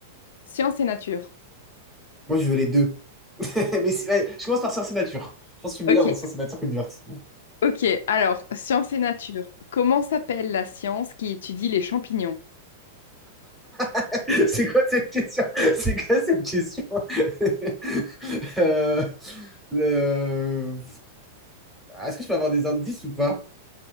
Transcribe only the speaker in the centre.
Moi, je veux les deux. <laughs> Mais c'est- ouais, je commence par science et nature. Je pense que je suis meilleur
dans science et nature que divertissement.
<laughs> C'est quoi cette question? C'est quoi cette question? <laughs> Euh, le... Ah, Est-ce que je peux avoir des indices ou pas?